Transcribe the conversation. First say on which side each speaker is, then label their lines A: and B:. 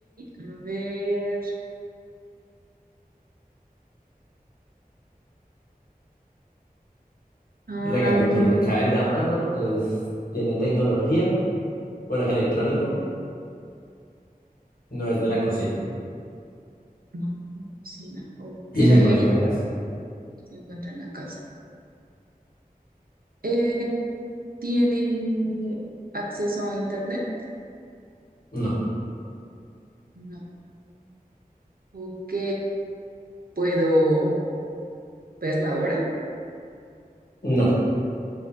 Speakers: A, on the right; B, on the left.
A: A ver. am,
B: Recapitule, cabe en la mano, es- tiene tecnología, bueno, es electrónico, no es
A: o-
B: de la cocina
A: no, cocina. Ok.
B: y
A: Se
B: se encuentra en la casa.
A: encuentra en la casa. Eh, ¿tiene acceso a internet?
B: No,
A: No. Ok. ¿Puedo ver la hora?
B: no.